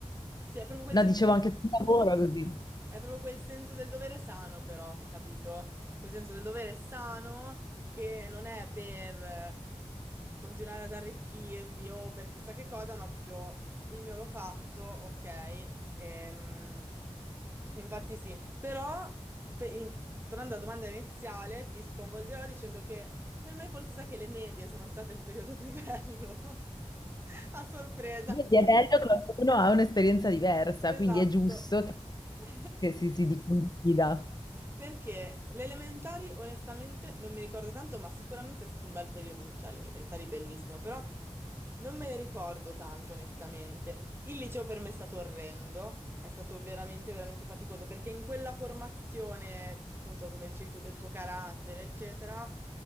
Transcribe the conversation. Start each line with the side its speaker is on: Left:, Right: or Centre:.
Right: Sì, è proprio quel
Left: No,
Right: senso
Left: dicevo
Right: del
Left: anche sul lavoro è così.
Right: Hai proprio quel senso del dovere sano però, capito? Quel senso del dovere sano che non è per eh, continuare ad arricchirti o per chissà che cosa, ma proprio il mio l'ho fatto, ok? Ehm, infatti sì, però pe- in- tornando alla domanda iniziale, ti sconvolgerò dicendo che per me forse sa che le medie sono state il periodo più bello, <laughs> a sorpresa,
Left: Vedi, è bello che ognuno ha un'esperienza diversa,
Right: esatto.
Left: quindi è giusto che,
Right: <laughs>
Left: che si, si condivida.
Right: Perché le elementari, onestamente, non mi ricordo tanto, ma sicuramente è stato un bel periodo, cioè le elementari bellissimo, però non me ne ricordo tanto, onestamente. Il liceo per me è stato orrendo, è stato veramente, veramente faticoso, perché in quella formazione, appunto, come dicevi tu, del tuo carattere, eccetera,